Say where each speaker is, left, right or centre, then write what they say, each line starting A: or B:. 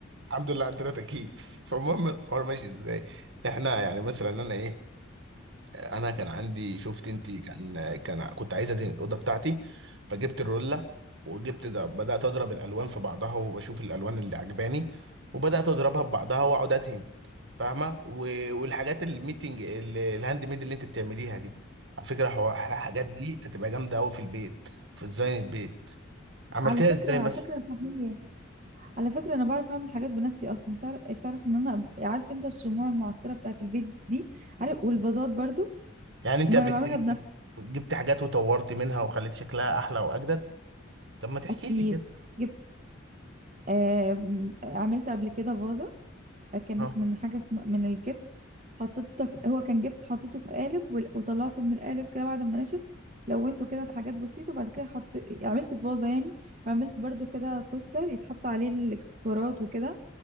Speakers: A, on the right; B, on the right.
A: الحمد لله عندنا تكييف فالمهم الحوار ماشي ازاي احنا يعني مثلا انا ايه انا كان عندي شفت انت كان كان كنت عايز ادهن الاوضه بتاعتي فجبت الرولة وجبت ده بدات اضرب الالوان في بعضها وبشوف الالوان اللي عجباني وبدات اضربها ببعضها واقعد ادهن فاهمه و- والحاجات الميتنج ال- الهاند ميد اللي انت بتعمليها دي على فكره حوار- الحاجات دي هتبقى جامده قوي في البيت في ديزاين البيت عملتها
B: على فكرة
A: ازاي
B: على
A: مثلا؟
B: فكرة صحيح على فكرة انا بعرف اعمل حاجات بنفسي اصلا تعرف تعرف ان انا عارف انت الشموع المعطرة بتاعة البيت دي عارف والفازات برضو
A: يعني انت
B: ما
A: قبل
B: انا بعملها
A: كده جبت
B: بنفسي
A: جبت حاجات وطورت منها وخليت شكلها احلى واجدد طب ما تحكي
B: اكيد
A: لي كده
B: جبت آه... عملت قبل كده فازة كانت
A: اه
B: من حاجة اسمها من الجبس حطيتها في هو كان جبس حطيته في قالب وال- وطلعته من القالب كده بعد ما نشف لونته كده لحاجات بسيطة وبعد كده حط عملت فازة يعني وعملت برضو كده كوستر يتحط عليه الاكسسوارات وكده